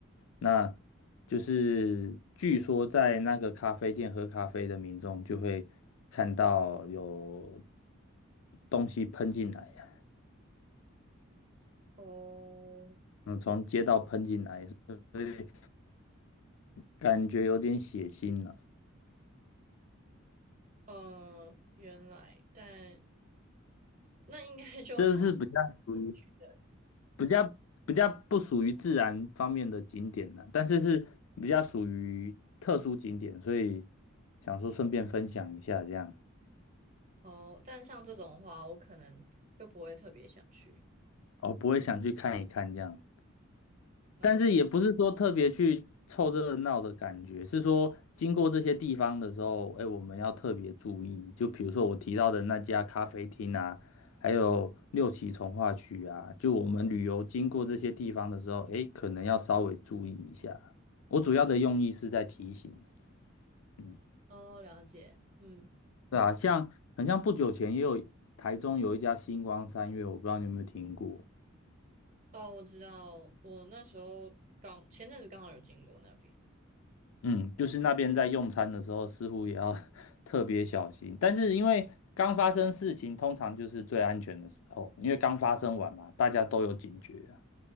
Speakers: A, on the left; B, on the right.
A: 那就是据说在那个咖啡店喝咖啡的民众就会看到有东西喷进来呀
B: 哦，
A: 嗯，从街道喷进来，所以感觉有点血腥呢。
B: 呃，原来，但那应该 <laughs> 就这
A: 这是比较属于
B: 着
A: 比较比较不属于自然方面的景点呢，但是是比较属于特殊景点，所以想说顺便分享一下这样，
B: 哦。但像这种话，我可能就不会特别想去。
A: 哦，不会想去看一看这样。
B: 嗯，
A: 但是也不是说特别去凑热闹的感觉，是说经过这些地方的时候，哎，我们要特别注意。就比如说我提到的那家咖啡厅啊，还有六旗从化区啊，就我们旅游经过这些地方的时候，哎，可能要稍微注意一下。我主要的用意是在提醒，嗯，
B: 哦，了解，嗯，
A: 对啊，像很像不久前也有台中有一家星光三月，我不知道你有没有听过。
B: 哦，我知道，我那时候刚前阵子刚好有经过那边。
A: 嗯，就是那边在用餐的时候，似乎也要 <laughs> 特别小心。但是因为刚发生事情，通常就是最安全的时候，因为刚发生完嘛，大家都有警觉啊。